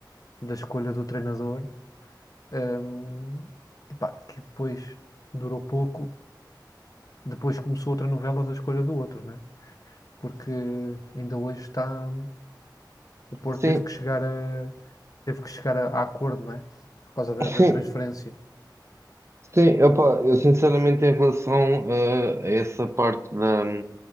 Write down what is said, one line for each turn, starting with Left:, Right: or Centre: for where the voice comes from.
Left: da escolha do treinador. hum, epá, que depois durou pouco, depois começou outra novela da escolha do outro, né? Porque ainda hoje está. O Porto
Right: Sim,
Left: teve que chegar a, teve que chegar a, a acordo, né? Por causa da,
Right: sim,
Left: da transferência.
Right: sim. Opa, eu sinceramente em relação eh, a essa parte da,